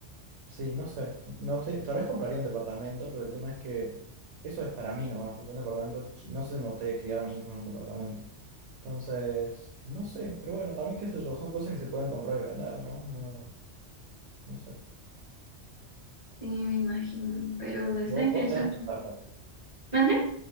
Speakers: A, on the right; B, on the right.
A: Sí, no sé. Me gustaría, tal vez compraría un departamento, pero el tema es que eso es para mí nomás, porque un departamento, ch- no sé si me gustaría criar a mis hijos en un departamento. Entonces, no sé, pero bueno, también qué sé yo, son cosas que se pueden comprar y vender, ¿no? No, no sé.
B: Sí, me imagino, pero está
A: Vos,
B: interesante.
A: vos tenés tu casa.
B: ¿Mande?